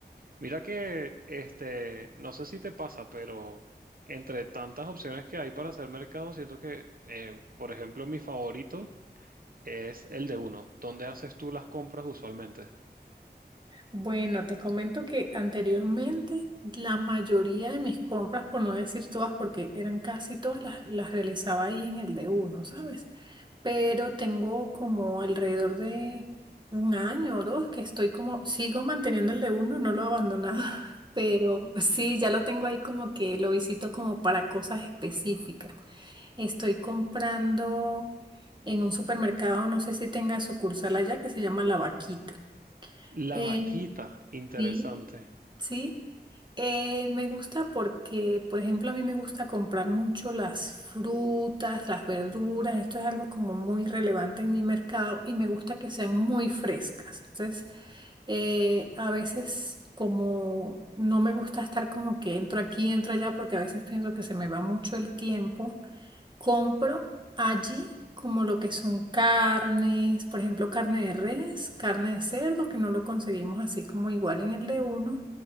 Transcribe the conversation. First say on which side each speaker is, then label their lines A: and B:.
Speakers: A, on the right; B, on the right.
A: Mira que, este, no sé si te pasa, pero entre tantas opciones que hay para hacer mercado, siento que, eh, por ejemplo, mi favorito es el de uno. ¿Dónde haces tú las compras usualmente?
B: Bueno, te comento que anteriormente la mayoría de mis compras, por no decir todas, porque eran casi todas, las, las realizaba ahí en el de uno, ¿sabes? Pero tengo como alrededor de un año o dos que estoy como, sigo manteniendo el de uno, no lo he abandonado, <laughs> pero sí, ya lo tengo ahí como que lo visito como para cosas específicas. Estoy comprando en un supermercado, no sé si tenga sucursal allá, que se llama La Vaquita. Eh,
A: La vaquita, interesante.
B: sí, sí. Eh, me gusta porque, por ejemplo, a mí me gusta comprar mucho las frutas, las verduras. Esto es algo como muy relevante en mi mercado y me gusta que sean muy frescas. Entonces, eh, a veces como no me gusta estar como que entro aquí, entro allá, porque a veces pienso que se me va mucho el tiempo compro allí como lo que son carnes, por ejemplo, carne de res, carne de cerdo, que no lo conseguimos así como igual en el de uno,